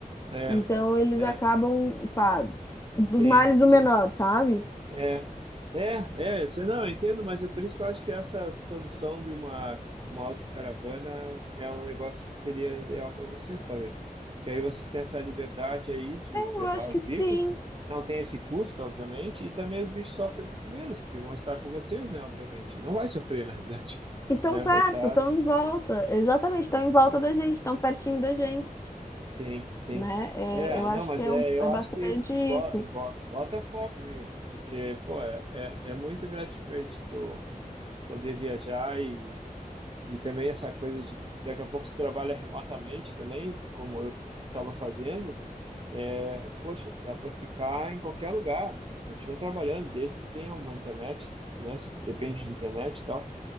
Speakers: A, on the right; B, on the left.
A: É,
B: Então eles
A: é,
B: acabam, pá, dos
A: sim,
B: males
A: sim,
B: o menor,
A: sim.
B: sabe?
A: É, é, é, você não, eu entendo, mas é por isso que eu acho que essa solução de uma, de uma autocaravana é um negócio que seria ideal para vocês, talvez. Porque aí vocês têm essa liberdade aí de
B: Eu
A: levar
B: acho que
A: os
B: sim.
A: bichos, não tem esse custo, obviamente, e também os bichos sofrem muito menos, porque vão estar com vocês, né, obviamente. Não vai sofrer, na <laughs> realidade,
B: E tão
A: né,
B: perto,
A: vai estar.
B: tão em volta. Exatamente, estão em volta da gente, tão pertinho da gente.
A: Sim, sim.
B: né? É,
A: É,
B: eu acho
A: não, mas
B: que é,
A: é,
B: um-
A: eu
B: é bastante
A: acho que bo-
B: isso.
A: bo- bota foco nisso, porque, pô, é, é é muito gratificante tu poder viajar e, e também essa coisa de daqui a pouco você trabalha remotamente também, como eu estava fazendo, é, poxa, dá para ficar em qualquer lugar, né? continua trabalhando, desde que tenha uma internet, né? Depende de internet e tal,